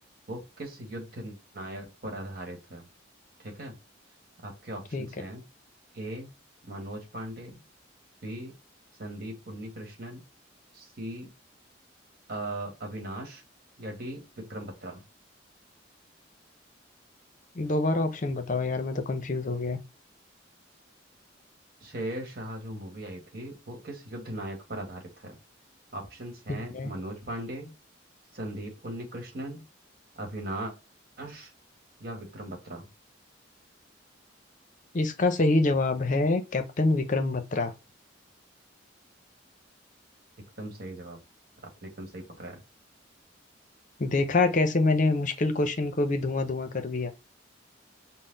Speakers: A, on the right (about 50°); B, on the left (about 40°).
A: वो किस युद्ध नायक पर आधारित है ठीक है आपके ऑप्शंस
B: ठीक है
A: हैं A मनोज पांडे B संदीप उन्नीकृष्णन C अ, अविनाश या डी विक्रम बत्रा
B: दोबारा ऑप्शन बताओ यार मैं तो कंफ्यूज हो गया
A: शेरशाह जो मूवी आई थी वो किस युद्ध नायक पर आधारित है ऑप्शंस
B: ठीक
A: हैं
B: है
A: मनोज पांडे संदीप उन्नीकृष्णन अविनाश या विक्रम बत्रा
B: इसका सही जवाब है कैप्टन विक्रम बत्रा
A: एकदम सही जवाब आपने एकदम सही पकड़ा है
B: देखा कैसे मैंने मुश्किल क्वेश्चन को भी धुआं धुआं कर दिया